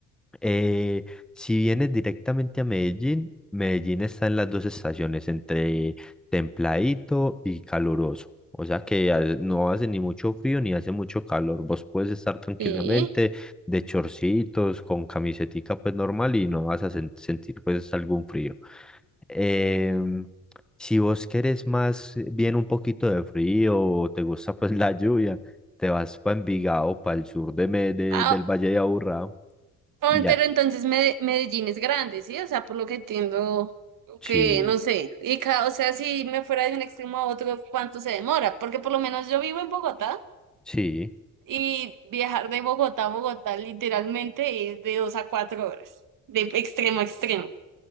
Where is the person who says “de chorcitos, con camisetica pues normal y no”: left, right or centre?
Centre